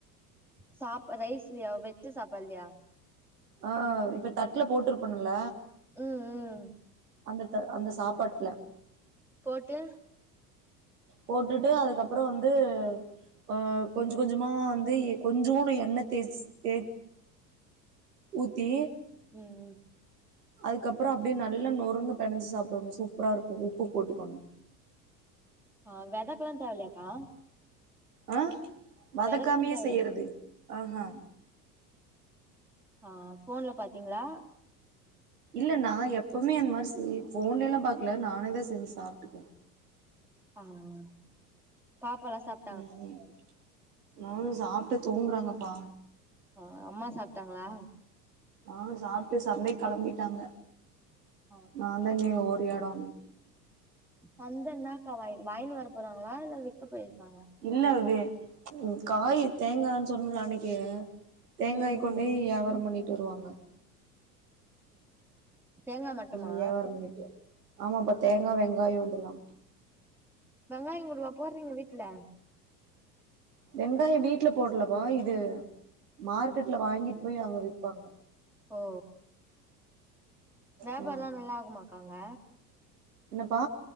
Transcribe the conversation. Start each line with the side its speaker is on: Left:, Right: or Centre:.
Centre: சாப்பா ரைஸ்லையா வெஜ் சாப்பாடுலையா
Right: ஆ இப்ப தட்டுல போட்டுருப்பணுல
Centre: ம் ம்
Right: அந்த த அந்த சாப்பாட்ல
Centre: போட்டு
Right: போட்டுட்டு அதுக்கப்புறோ வந்து அ கொஞ்சோ கொஞ்சமா வந்து கொஞ்சோனு எண்ணெய் தேச்ட் தே ஊத்தி
Centre: ம்
Right: அதுக்கப்புறோ அப்டியே நல்ல நொறுங்க பினைஞ்சு சாப்டணு சூப்பராருக்கு உப்பு போட்டுக்கணு
Centre: ஆ வேதக்கல்லா தேவல்லையாக்கா
Right: ஆ வதக்காமையே
Centre: வெதக்கெல்லா தேவல
Right: செய்றது ஆஹா
Centre: ஆ ஃபோன்ல பாத்தீங்களா
Right: இல்ல நா எப்பவுமே அந்த மாரி ஃபோன்ல எல்லா பாக்கல நானேதா செஞ்சு சாப்ட்டுக்குவ
Centre: ஆஹ பாப்பால்லா சாப்
Right: ம் ம் நாங்களு சாப்ட்டு தூங்குறாங்கப்பா
Centre: ம் அம்மா சாப்ட்டாங்ளா
Right: அ சாப்ட்டு சந்தைக் களம்பிட்டாங்க
Centre: ஆ
Right: நா தா நீங்க ஒரு எடோ
Centre: சந்தனாக்கா வாய் வாயின்னு வர போறாங்ளா இல்ல விக்க போயிருக்காங்க
Right: இல்ல அது காய் தேங்கான்னு சொன்னல்ல அன்னைக்கே தேங்காய்
Centre: ம் ம்
Right: கொண்டேய் வியாபாரோ பண்ணிட்டு வருவாங்க
Centre: தேங்கா மட்டுமா
Right: அங்க வியாபாரோ பண்ணிட்டு ஆமாப்பா தேங்கா வெங்காயோ இதல்லா
Centre: வெங்காயோ கூடவா போறீங்க வீட்ல
Right: வெங்காயோ வீட்ல போட்லப்பா இது மார்க்கெட்ல வாங்கிட்டு போய் அங்க விப்பாங்க
Centre: ஓ ஓ வியாபாரல்லா
Right: ஆ
Centre: நல்லா ஆகுமாக்கா அங்க
Right: என்னப்பா